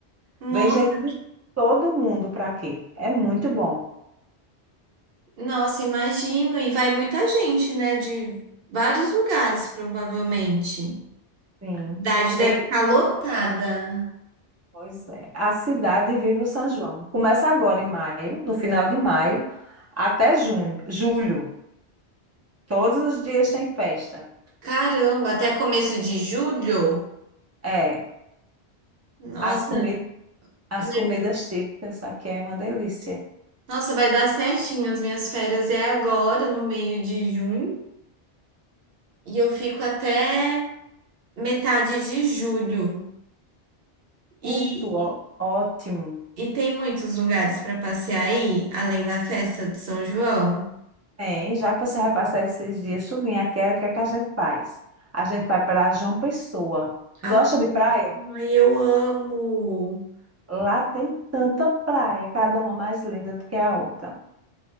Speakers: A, on the right; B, on the right.
A: Nossa,
B: Vem gente de todo mundo para aqui. É muito bom.
A: nossa, imagino. E vai muita gente, né? De vários lugares, provavelmente.
B: Sim.
A: A cidade deve
B: Ei,
A: ficar lotada.
B: pois é. A cidade vive o São João. Começa agora em maio, no final de maio, até junho, julho. Todos os dias tem festa.
A: Caramba, até começo de julho?
B: É,
A: Nossa,
B: as comidas, as
A: vai,
B: comidas típicas aqui é uma delícia.
A: nossa, vai dar certinho. As minhas férias é agora, no meio de junho. E eu fico até metade de julho. E
B: Muito ó- ótimo.
A: E tem muitos lugares para passear aí, além da festa de São João?
B: Tem, já que você vai passar esses dias tudinho aqui, é o que é que a gente faz? A gente vai para João Pessoa.
A: Ah,
B: Gosta de praia?
A: eu amo!
B: Lá tem tanta praia, cada uma mais linda do que a outra.